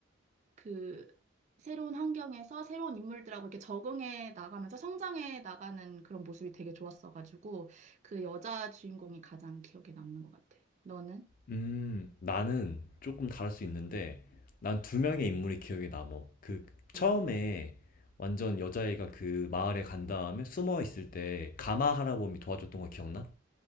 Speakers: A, on the right; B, on the left.
A: 그 새로운 환경에서 새로운 인물들하고 이렇게 적응해 나가면서 성장해 나가는 그런 모습이 되게 좋았어가지고 그 여자 주인공이 가장 기억에 남는 것 같아. 너는?
B: 음, 나는 조금 다를 수 있는데, 난 두 명의 인물이 기억에 남어. 그, 처음에
A: 음,
B: 완전 여자애가 그 마을에 간 다음에 숨어 있을 때 가마 할아범이 도와줬던 거 기억나?